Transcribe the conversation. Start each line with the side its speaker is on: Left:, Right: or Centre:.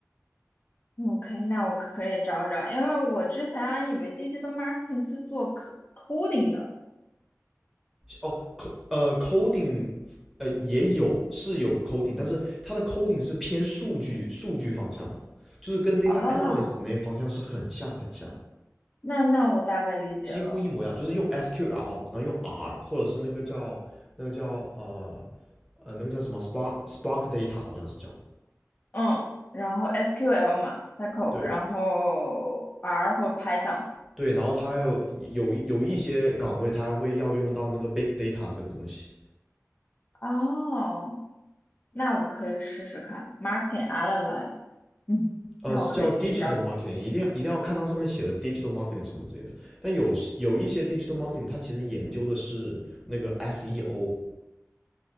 Left: OK，那我可以找找，因为我之前还以为 digital marketing 是做 co- c d i n g 的，
Centre: 哦，co 呃 coding 呃也有是有 coding，但是它的 coding 是偏数据数据方向的，就是跟 data
Left: 哦，
Centre: analyst 那些方向是很像很像，
Left: 那那我大概理解了。
Centre: 几乎一模一样，就是用 SQL，然后用 R，或者是那个叫那个叫呃呃那个叫什么 Spark Spark Data 好像是叫，
Left: 嗯，然后 SQL 嘛，SQL，
Centre: 对，
Left: 然后 R 或 Python。
Centre: 对，然后它还有有有一些岗位它还会要用到那个 big data 这个东西，
Left: 哦，那我可以试试看 marketing analyze。嗯，
Centre: 呃，
Left: 那我可以去找找。
Centre: 是叫 digital marketing，一定要一定要看到上面写的 digital marketing 什么之类的。但有时有一些 digital marketing，它其实研究的是那个 SEO，